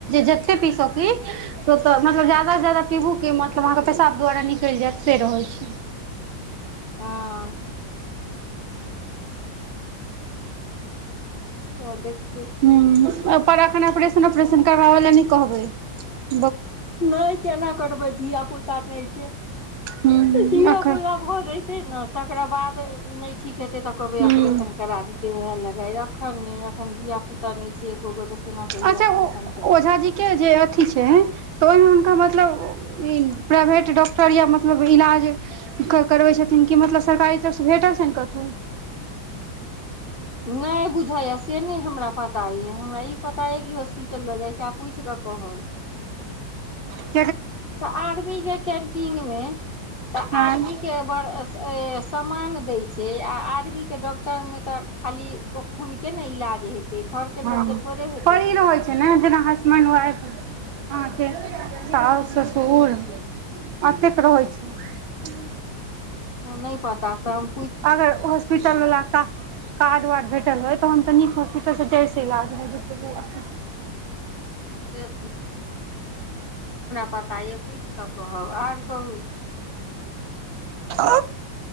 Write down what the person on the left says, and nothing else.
हँ अ देख
नहि केना करबै धियापूता ता नै के
धीयापूता
भऽ जैते ने तकरा बाद त नहि ठीक जेते त कहबै
ऑपरेशन करा देते वएह लै गाय अखन नहि एखन धियपुता नहि छै एको गो केना कहियै
ऑपरेशन
करबै
नहि बुझाइए से नहि हमरा पता यइ हमरा ई पता यइ कि हॉस्पिटल लऽ जाइत छी आ पूछि कऽ कहब
तऽ आर्मी के कैंटीन मे तऽ
आर्मी के बड़ समान दै छै आ आदमीके डॉक्टरमे तऽ खाली हुनके ने इलाज हेतै घरके
लोकके थोड़े हेतै
ओ नहि पता सब
से पताये पूछि कऽ कहब आर कहू